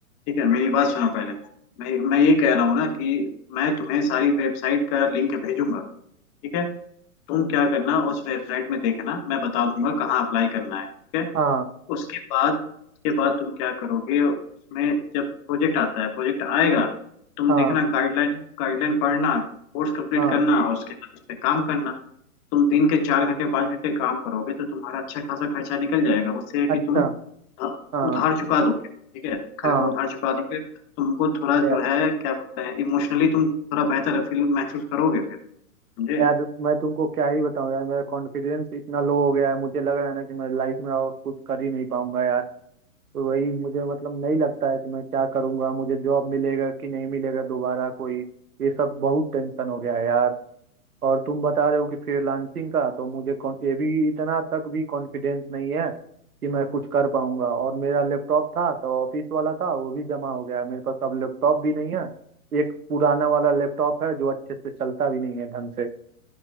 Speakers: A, on the left; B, on the right.
A: ठीक है मेरी बात सुनो पहले मैं मैं ये कह रहा हूँ ना कि मैं तुम्हें सारी वेबसाइट का लिंक भेजूंगा ठीक है तुम क्या करना उस वेबसाइट में देखना मैं बता दूंगा कहाँ अप्लाई करना है ठीक है
B: हाँ
A: उसके बाद उसके बाद तुम क्या करोगे उसमें जब प्रोजेक्ट आता है प्रोजेक्ट आएगा तुम
B: हाँ
A: देखना गाइडलाइन गाइडलाइन पढ़ना कोर्स कंप्लीट
B: हाँ
A: करना और उसके बाद उस पर काम करना तुम दिन के चार घंटे पाँच घंटे काम करोगे तो तुम्हारा अच्छा खासा खर्चा निकल जाएगा उससे है
B: अच्छा
A: कि तुम अ,
B: हाँ
A: उधार चुका दोगे ठीक है घर
B: हाँ
A: का उधार चुका दोगे तुमको थोड़ा
B: या-
A: जो है क्या बोलते हैं इमोशनली तुम थोड़ा बेहतर फील महसूस करोगे फिर समझे
B: यार मैं तुमको क्या ही बताऊं यार मेरा कॉन्फिडेंस इतना लो हो गया है मुझे लग रहा है ना कि मैं लाइफ में और कुछ कर ही नहीं पाऊंगा यार तो वही मुझे मतलब नहीं लगता है कि मैं क्या करूंगा मुझे जॉब मिलेगा कि नहीं मिलेगा दोबारा कोई ये सब बहुत टेंशन हो गया है यार और तुम बता रहे हो कि फ्रीलांसिंग का तो मुझे कौन- ये भी इतना तक भी कॉन्फिडेंस नहीं है कि मैं कुछ कर पाऊंगा और मेरा लैपटॉप था तो ऑफिस वाला था वो भी जमा हो गया है। मेरे पास अब लैपटॉप भी नहीं है एक पुराना वाला लैपटॉप है जो अच्छे से चलता भी नहीं है ढंग से